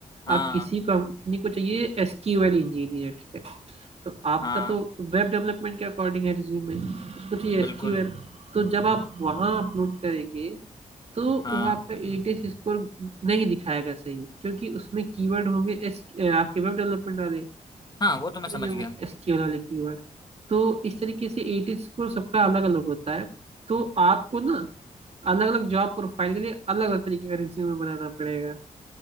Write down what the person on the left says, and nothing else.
हाँ
हाँ
बिल्कुल
हाँ
हाँ वो तो मैं
समझ
गया